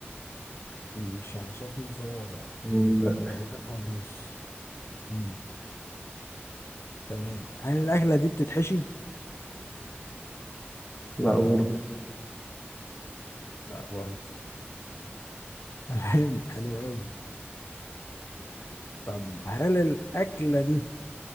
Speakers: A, on the left; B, on the left.
A: مش على شكل صوابع
B: مم.
A: اللي من
B: لا
A: مكوناتها الرز مم. تمام هل الأكلة دي بتتحشي؟
B: لا برضه
A: لا برضه تمام حلو أوي طب هل الأكلة دي